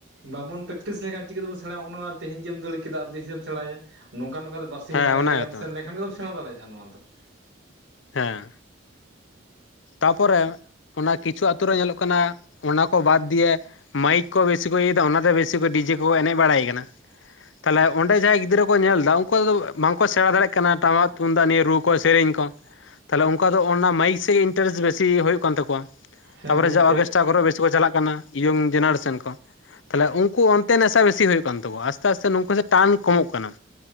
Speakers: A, on the right; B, on the left.
A: ᱵᱟᱵᱚᱱ ᱯᱮᱠᱴᱤᱥ ᱞᱮᱠᱷᱟᱱ ᱪᱤᱠᱟᱹᱛᱮᱢ ᱥᱮᱸᱬᱟᱭᱟ ᱱᱚᱣᱟ ᱛᱮᱸᱦᱮᱧᱮᱢ ᱫᱟᱹᱲ ᱠᱮᱫᱟ ᱟᱨ ᱛᱤᱥᱮᱢ ᱥᱮᱸᱬᱟᱭᱟ ᱾ ᱱᱚᱝᱠᱟ ᱱᱚᱝᱠᱟ ᱛᱮ ᱥᱤᱢ
B: ᱦᱮᱸ
A: ᱵᱟᱨᱭᱟ
B: ᱚᱱᱟ
A: ᱡᱟᱭᱜᱟᱢ
B: ᱜᱮᱛᱚ
A: ᱥᱮᱱ ᱞᱮᱱᱠᱷᱟᱱ ᱜᱮᱛᱚᱢ ᱥᱮᱸᱬᱟ ᱫᱟᱲᱮᱭᱟᱜᱼᱟ ᱱᱚᱣᱟ ᱫᱚ ᱾
B: ᱦᱮᱸ ᱛᱟᱯᱚᱨᱮ ᱚᱱᱟ ᱠᱤᱪᱷᱩ ᱟᱛᱳ ᱨᱮ ᱧᱮᱞᱚᱜ ᱠᱟᱱᱟ ᱚᱱᱟ ᱠᱚ ᱵᱟᱫᱽ ᱫᱤᱭᱮ ᱢᱟᱭᱤᱠ ᱠᱚ ᱵᱮᱥᱤ ᱠᱚ ᱤᱭᱟᱹᱭᱮᱫᱟ, ᱚᱱᱟᱛᱮ ᱵᱮᱥᱤ ᱠᱚ ᱰᱤᱡᱮ ᱠᱚ ᱮᱱᱮᱡ ᱵᱟᱲᱟᱭ ᱠᱟᱱᱟ᱾ ᱛᱟᱸᱦᱚᱞᱮ ᱚᱸᱰᱮ ᱡᱟᱦᱟᱸᱭ ᱜᱤᱫᱽᱨᱟᱹ ᱠᱚ ᱧᱮᱞ ᱮᱫᱟ, ᱩᱱᱠᱩ ᱫᱚ ᱵᱟᱝᱠᱚ ᱥᱮᱸᱬᱟ ᱫᱟᱲᱮᱭᱟᱜ ᱠᱟᱱᱟ ᱴᱟᱢᱟᱠ ᱛᱩᱢᱫᱟᱜ ᱱᱤᱭᱟᱹ ᱨᱩ ᱠᱚ ᱥᱮᱨᱮᱧ ᱠᱚ, ᱛᱟᱸᱦᱞᱮ ᱚᱱᱠᱟ ᱫᱚ ᱚᱱᱟ ᱢᱟᱭᱤᱠ ᱥᱮᱫ ᱤᱱᱴᱟᱨᱮᱥᱴ ᱵᱮᱥᱤ ᱦᱩᱭᱩᱜ ᱠᱟᱱ ᱛᱟᱠᱚᱣᱟ ᱾
A: ᱦᱮᱸ
B: ᱛᱟᱨᱯᱚᱨᱮ
A: ᱜᱚᱢᱠᱮ
B: ᱡᱟ ᱚᱨᱠᱮᱥᱴᱟᱨ ᱠᱚᱨᱮ ᱵᱮᱥᱤ ᱠᱤᱪᱷᱩ ᱠᱚ ᱪᱟᱞᱟᱜ ᱠᱟᱱᱟ ᱤᱭᱚᱝ ᱡᱮᱱᱟᱲ ᱥᱮᱱ ᱠᱚ ᱛᱟᱸᱦᱚᱞᱮ ᱩᱱᱠᱩ ᱚᱱᱛᱮ ᱱᱮᱥᱟ ᱵᱮᱥᱤ ᱦᱩᱭᱩᱜ ᱠᱟᱱ ᱛᱟᱠᱚᱣᱟ, ᱟᱥᱛᱮ ᱟᱥᱛᱮ ᱱᱩᱠᱩ ᱥᱮᱫ ᱴᱟᱱ ᱠᱚᱢᱚᱜ ᱠᱟᱱᱟ᱾